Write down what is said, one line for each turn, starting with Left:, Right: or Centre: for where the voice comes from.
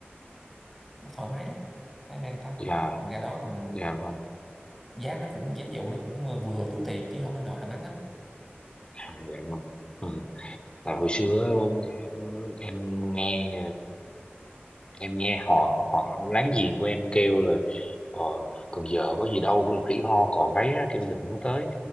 Centre: thoải mái lắm em an tâm
Left: dạ,
Centre: mình ra đó mình
Left: dạ vâng,
Centre: giá nó cũng giá dụ nó cũng ờ, vừa túi tiền chứ không đến nỗi là mắc lắm
Left: à, dạ vâng. Ừ. tại hồi xưa em, em nghe em nghe họ họ láng giềng của em kêu là ờ, còn giờ có gì đâu khỉ ho cò gáy á, kêu đừng có tới